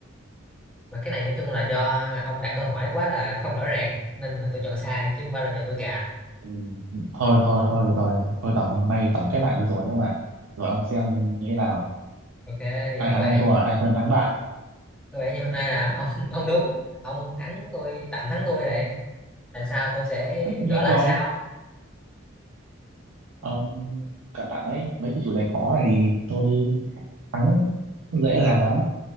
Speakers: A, in the centre; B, on the right.
A: mà cái này nói chung là do ông đặt câu hỏi quá là không rõ ràng nên là tôi chọn sai chứ không phải là do tôi gà
B: Ừ. thôi thôi thôi được rồi thôi tổng hôm nay tổng kết lại được rồi đấy ông ạ rồi ông xem như thế nào
A: ok thì
B: ai
A: có
B: thắng
A: vẻ
B: ai thua ai phân thắng bại
A: có vẻ như hôm nay là ông <laughs> ông đúng ông thắng tôi tạm thắng tôi rồi lần sau tôi sẽ
B: tất nhiên
A: gỡ lại
B: rồi
A: sau
B: ông cẩn thận đấy mấy cái chủ đề khó này thì tôi thắng dễ dàng lắm